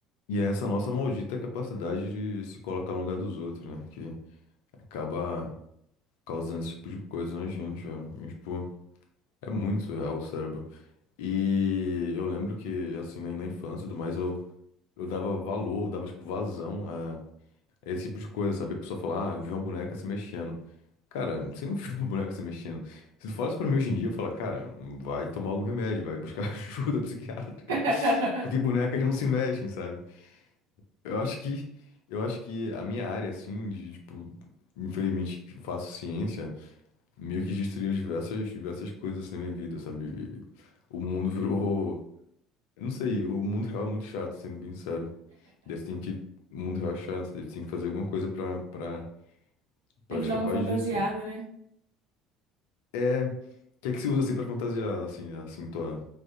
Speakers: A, on the left; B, on the right.
A: e é essa nossa maldita capacidade de se colocar no lugar dos outros, né? Que acaba causando esse tipo de coisa na gente, velho. E, tipo, é muito surreal o cérebro. E eu lembro que, assim, na, na infância e tudo mais, eu, eu dava valor, eu dava, tipo, vazão. é, É Esse tipo de coisa, sabe? A pessoa fala, ah, eu vi uma boneca se mexendo. Cara, você não viu uma boneca se mexendo. Se tu fala isso pra mim hoje em dia, eu falo, cara, vai tomar algum remédio, vai buscar <laughs> ajuda psiquiátrica.
B: <laughs>
A: Porque bonecas não se mexem, sabe? Eu acho que, eu acho que a minha área, assim, de, tipo, infelizmente que faço ciência, meio que destruiu diversas, diversas coisas assim na minha vida, sabe? O mundo virou. Eu não sei, o mundo real é muito chato, sendo bem sério. Daí você tem que. O mundo real é chato, daí você tem que fazer alguma coisa pra, pra Pra
B: Tem que
A: escapar
B: dar uma fantasiada,
A: disso.
B: né?
A: É. O que é que se usa assim pra fantasiar, assim, assim, tua,